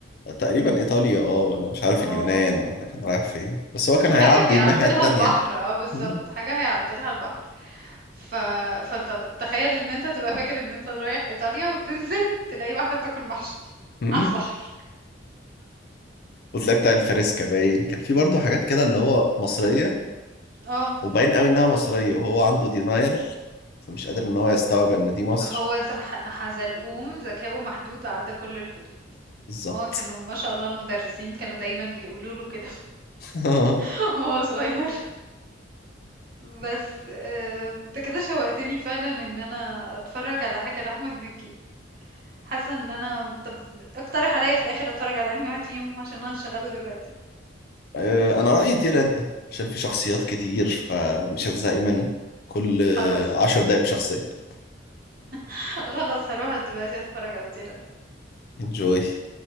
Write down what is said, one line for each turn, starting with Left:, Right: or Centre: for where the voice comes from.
Left: تقريبا ايطاليا اه ولا مش عارف
Right: آه،
Left: اليونان ولا كان رايح فين بس هو كان
Right: حاجة
Left: هيعدي
Right: هيعدّلها
Left: الناحية التانية
Right: البحر، آه بالضبط،
Left: مم.
Right: حاجة هيعدّلها البحر، ف فأنت تخيّل إن أنت تبقى فاكر إن أنت رايح إيطاليا وتنزل تلاقي واحدة بتاكل محشي
Left: مم.
Right: على البحر،
Left: وتلاقي بتاع الفريسكا باين كان في برضه حاجات كده اللي هو مصرية
Right: آه.
Left: وباين قوي انها مصرية وهو عنده دينايل فمش قادر ان هو يستوعب ان دي مصر
Right: هو زح... حزلقوم ذكاؤه محدود عدى كل الحدود
Left: بالظبط
Right: هو كانوا ما شاء الله المدرسين كانوا دايما بيقولوا له كده
Left: <laughs>
Right: <laughs> وهو صغير بس آه، انت كده شوقتني فعلا ان انا اتفرج على حاجة لأحمد مكي حاسة ان انا طب اقترح عليا في الاخر اتفرج على انهي واحد فيهم عشان انا هشغله دلوقتي
Left: آه، انا رأيي طير انت عشان في شخصيات كتير فمش هتزهقي من كل
Right: خلاص
Left: عشر دقايق بشخصية
Right: <laughs> خلاص هروح دلوقتي اتفرج على طير
Left: انجوي